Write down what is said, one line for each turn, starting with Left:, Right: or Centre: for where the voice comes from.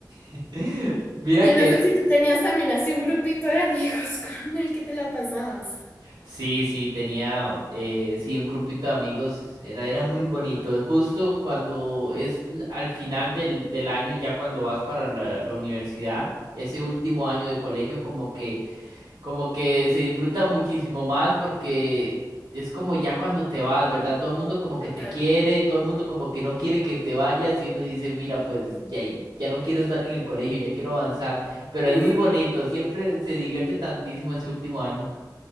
Right: <laughs> Mira
Left: Yo
Right: que
Left: no sé si tú tenías también así un grupito de amigos <laughs> con el que te la pasabas.
Right: Sí, sí, tenía, eh, sí, un grupito de amigos, es- era, era muy bonito. Justo cuando es l- al final del, del año, ya cuando vas para la, la universidad, ese último año de colegio como que, como que se disfruta muchísimo más porque es como ya cuando te vas, ¿verdad? Todo el mundo como que
Left: Total.
Right: te quiere, todo el mundo como que no quiere que te vayas y uno dice, mira, pues ya, y- ya no quiero estar en el colegio, ya quiero avanzar. Pero
Left: Sí,
Right: es muy bonito, siempre se divierte tantísimo ese último año.